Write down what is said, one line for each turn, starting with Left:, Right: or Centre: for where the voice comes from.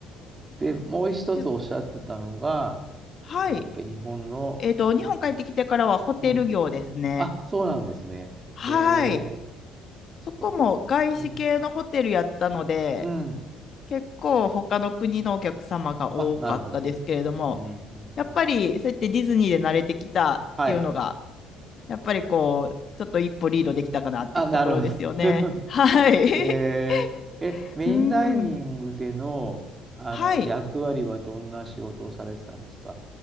Right: ー、で、もう一つおっしゃってたのが、
Left: ではい。
Right: なんだっけ、日本のホテル。
Left: えっと、日本帰ってきてからはホテル業ですね。
Right: うん。あ、そうなんですね。
Left: はい。
Right: えー、
Left: そこも外資系のホテルやったので、
Right: そっかうん。うん。
Left: 結構他の国のお客様が多かったですけれども、
Right: あ、なるほど。うん。うんうんうん
Left: やっぱりそうやってディズニーで慣れてきたっていうのが、
Right: はい。
Left: やっぱりこう、ちょっと一歩リードできたかなっていうところですよね。
Right: あ、なるほど。<laughs>
Left: はい。
Right: えーえ、
Left: <laughs>
Right: メインダイニングでの、
Left: うん。
Right: あの役割はどんな仕事をされてたんですか
Left: はい。